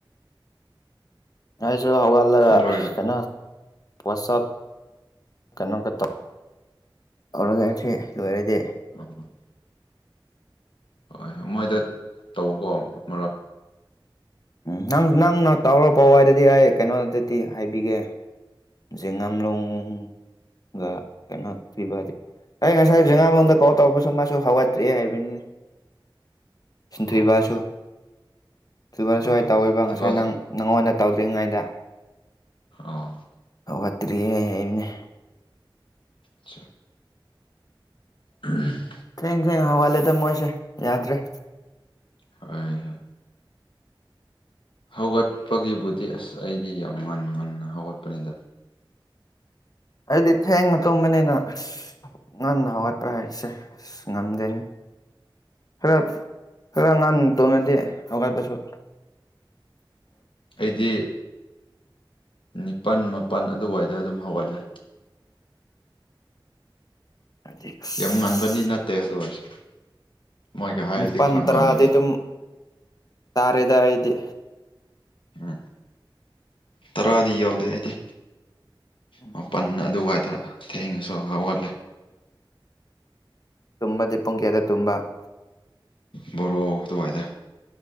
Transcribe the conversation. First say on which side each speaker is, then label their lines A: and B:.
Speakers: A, on the left; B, on the left.
A: ꯉꯁꯨ ꯍꯋꯥꯜꯂ
B: ꯁꯤ ꯂꯣꯏꯔ
A: ꯀꯩꯅꯣ ꯄꯠꯞ ꯀꯩꯅꯣꯝꯒ ꯇꯧ ꯇꯧꯔꯒ ꯁꯤ ꯂꯣꯏꯔꯗꯤ
B: ꯑꯝ ꯍꯣꯏ ꯍꯣꯏ ꯃꯣꯏꯗ ꯇꯧꯕꯀꯣ ꯃꯔꯛ
A: ꯎꯝ ꯅꯪ ꯅꯪꯅ ꯇꯥꯎꯔ ꯄꯋꯥꯏꯗꯗꯤ ꯑꯩ ꯀꯩꯅꯣꯗꯗꯗꯤ ꯍꯥꯏꯕꯤꯒꯦ ꯖꯦꯡꯉꯝꯂꯣꯡꯒ ꯀꯩꯅꯣ ꯊꯕꯗꯤ ꯑꯩ ꯉꯁꯥꯏ ꯖꯉ ꯃꯗ ꯀꯧ ꯇꯧ ꯄ ꯃꯥꯁꯨ ꯍꯋꯥ ꯇ꯭ꯔꯤ ꯍꯥꯏꯕꯅꯤ ꯁꯤꯟꯊꯣꯏꯕꯁꯨ
B: ꯑꯥ
A: ꯑꯗꯨꯔꯁꯨ
B: ꯑꯥ
A: ꯍꯥꯏꯥꯏ ꯇꯧꯋꯦꯕ
B: ꯊꯤꯕꯥꯁ
A: ꯉꯁꯥꯏ ꯅꯪ ꯅꯪꯉꯣꯟꯗ ꯇꯧꯗ꯭ꯔꯤꯉꯩꯗ
B: ꯑ
A: ꯋꯥꯠꯇ꯭ꯔꯤꯌꯦ ꯍꯥꯏꯕꯅꯦ
B: ꯑ ꯎꯝ
A: ꯊꯦꯡꯅ ꯁꯦꯡ ꯍꯧꯒꯠꯂꯦꯗ ꯃꯣꯏꯁꯦ ꯌꯥꯗ꯭ꯔꯦ
B: ꯍꯣꯏ ꯍꯣꯏ ꯍꯧꯒꯠꯄꯒꯤꯕꯨꯙ ꯑꯁ ꯑꯩꯗꯤ ꯌꯥꯝ ꯉꯟ ꯉꯟꯅ ꯍꯧꯒꯠꯄꯅꯤꯗ
A: ꯑꯩꯗꯤ ꯊꯦꯡꯅ ꯇꯨꯝꯕꯅꯤꯅ ꯑꯁ ꯉꯟꯅ ꯍꯧꯒꯠꯄ ꯍꯥꯏꯁꯦ ꯑꯁ ꯉꯝꯗꯦꯅꯤ ꯍꯔ ꯍꯔ ꯉꯥꯟ ꯇꯣꯃꯦꯗꯤ ꯍꯧꯒꯥꯏ ꯄꯁꯨꯣ
B: ꯑꯩꯗꯤ ꯅꯤꯄꯥꯜ ꯃꯥꯄꯜ ꯑꯗꯨꯋꯥꯏꯗ ꯑꯗꯨꯝ ꯍꯧꯒꯠꯂꯦ
A: ꯍꯥꯏꯗꯤ ꯑꯁ
B: ꯌꯥꯝ ꯉꯟꯕꯅꯤ ꯅꯠꯇꯦ ꯑꯗꯨ ꯑꯣꯏꯔꯁꯨ ꯃꯣꯏꯒ ꯍꯥꯏꯔꯗꯤ
A: ꯅꯤꯄꯟ
B: ꯈꯔ
A: ꯇ꯭ꯔꯥꯗꯤ
B: ꯉꯜꯂꯦꯕ
A: ꯑꯗꯨꯝ ꯇꯥꯔꯦꯗ ꯍꯥꯏꯗꯤ
B: ꯎꯝ ꯇꯔꯥꯗꯤ ꯌꯥꯎꯗꯦ ꯑꯩꯗꯤ
A: ꯎꯝ
B: ꯃꯥꯄꯜ ꯑꯗꯨꯋꯥꯏꯗ ꯊꯦꯡꯨ ꯁꯣ ꯍꯥꯎꯒꯠꯂꯦ
A: ꯇꯨꯝꯕꯗꯤ ꯄꯨꯡ ꯀꯌꯥꯗ ꯇꯨꯝꯕ
B: ꯕꯣꯔꯣ ꯑꯗꯨꯋꯥꯏꯗ